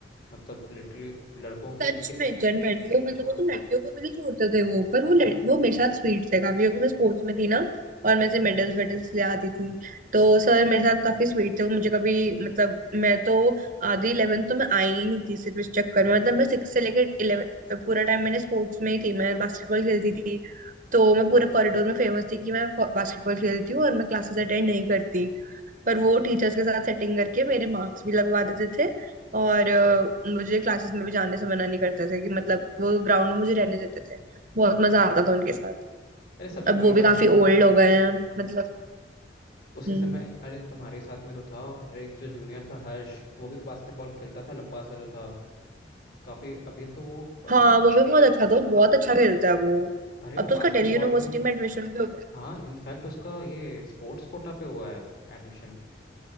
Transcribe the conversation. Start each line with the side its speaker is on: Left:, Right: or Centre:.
Left: मतलब लिटरली लड़कों की
Right: सच
Left: के,
Right: में जनरल वो मतलब
Left: हाँ
Right: वो तो लड़कियों को भी नहीं छोड़ते थे वो पर वो
Left: हाँ
Right: लड़, वो मेरे साथ स्वीट थे काफी क्योंकि मैं स्पोर्ट्स में थी ना और मैं से
Left: हम्म।
Right: मेडल्स वेडल्स ले आती थी तो सर मेरे साथ काफी स्वीट थे वो मुझे कभी मतलब मैं तो आधी इलेवेंथ तो मैं आई ही नहीं थी सिर्फ इस चक्कर में मतलब मैं सिक्स से लेकर इलेवन पूरा टाइम मैंने स्पोर्ट्स में ही थी मैं बास्केटबॉल खेलती थी तो मैं पूरे कॉरिडोर में फेमस थी कि मैं बास्केटबॉल खेलती हूँ और मैं क्लासेस अटेंड नहीं करती पर वो टीचर्स के साथ सेटिंग करके मेरे मार्क्स भी लगवा देते थे और अ, मुझे क्लासेस में भी जाने से मना नहीं करते थे कि मतलब वो ग्राउंड में मुझे रहने देते थे बहुत मजा आता था उनके साथ
Left: अरे सबसे
Right: अब
Left: बड़ी
Right: वो
Left: बात
Right: भी काफी
Left: यह है ना
Right: ओल्ड हो गए हैं मतलब
Left: उसी
Right: हम्म
Left: समय अरे तुम्हारे साथ में तो था और एक जो जूनियर था हर्ष वो भी तो बास्केटबॉल खेलता था लंबा सा जो था काफी अभी तो वो पता
Right: हाँ
Left: है
Right: वो भी बहुत अच्छा था वो बहुत अच्छा खेलता है वो
Left: अरे वो
Right: अब
Left: बास्केटबॉल
Right: तो उसका दिल्ली यूनिवर्सिटी
Left: में
Right: में एडमिशन भी हो गया
Left: हाँ इनफैक्ट उसका ये स्पोर्ट्स कोटा पे हुआ है एडमिशन